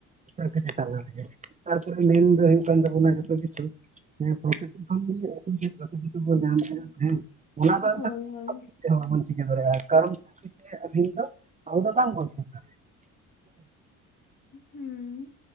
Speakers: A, on the right; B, on the left.
A: <unintelligible> ᱛᱟᱨᱯᱚᱨᱮ ᱢᱮᱱ ᱫᱚ ᱦᱩᱭᱩᱜ ᱠᱟᱱ ᱛᱟᱵᱚᱱᱟ ᱡᱚᱛᱚ ᱠᱤᱪᱷᱩ ᱦᱮᱸ ᱯᱨᱚᱠᱤᱛᱤ ᱠᱷᱚᱱ ᱜᱮ ᱮ ᱴᱩ ᱡᱮᱢ ᱡᱚᱛ ᱠᱤᱪᱷᱩ ᱵᱚᱱ ᱧᱟᱢᱟ ᱮᱜ ᱟ ᱦᱮᱸ ᱚᱱᱟ ᱫᱚ <inaudible>
B: ᱦᱳᱭ ᱦᱳᱭ
A: ᱪᱮᱫ ᱦᱚᱸ ᱵᱟᱵᱚᱱ ᱪᱤᱠᱟᱹ ᱫᱟᱲᱮᱭᱟᱜᱼᱟ ᱠᱟᱨᱚᱱ ᱫᱚ ᱟᱹᱵᱤᱱ ᱜᱮ ᱟᱵᱤᱱ ᱫᱚ <unintelligible> ᱵᱟᱝ ᱵᱚᱱ ᱪᱤᱠᱼᱟ <inaudible>
B: ᱦᱩᱸ